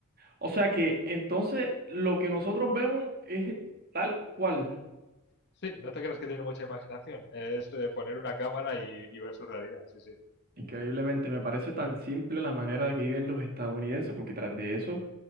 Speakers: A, on the right; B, on the left.
A: O sea que entonces lo que nosotros vemos es tal cual.
B: Sí, no te creas que tiene mucha imaginación. Es eh, poner una cámara y, y ver su realidad, sí, sí.
A: Increíblemente, me parece tan simple la manera de que viven los estadounidenses, porque tras de eso,